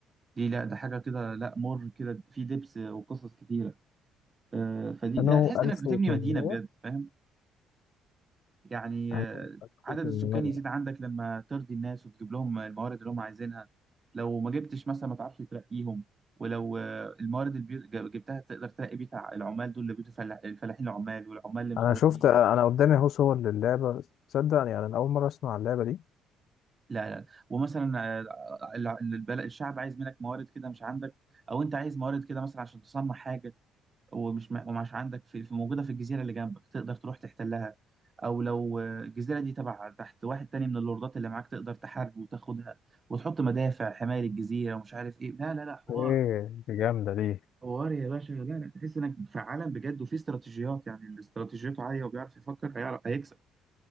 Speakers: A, on the right; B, on the left.
A: دي لا ده حاجة كده لا مر كده في دبس وقصص كتيرة آه، فدي
B: انا
A: لا تحس
B: 1800
A: انك بتبني مدينة بجد فاهم يعني
B: انا
A: آه،
B: 1800
A: عدد السكان يزيد عندك لما ترضي الناس وتجيب لهم الموارد اللي هم عايزينها لو ما جبتش مثلا ما تعرفش ترقيهم ولو آه، الموارد اللي بي- جا- جبتها تقدر ترقي بيه تع- العمال دول اللي بيوتوا فلاح- الفلاحين العمال والعمال اللي مش
B: انا
A: عارف
B: شفت
A: مين
B: انا قدامي اهو صور للعبة تصدق يعني انا اول مرة اسمع اللعبة دي
A: لا لا ومثلا آه، الع- البلد الشعب عايز منك موارد كده مش عندك او انت عايز موارد كده مثلا عشان تصنع حاجه ومش م- ومش عندك في في- موجودة في الجزيرة اللي جنبك تقدر تروح تحتلها أو لو آه، الجزيرة دي تبع تحت واحد تاني من اللوردات اللي معاك تقدر تحارب وتاخدها وتحط مدافع حماية للجزيرة ومش عارف إيه لا لا لا حوار
B: ايه دي جامدة دي
A: حوار يا باشا لا لا تحس إنك في عالم بجد وفي استراتيجيات يعني اللي استراتيجيته عالية وبيعرف يفكر هيعرف هيكسب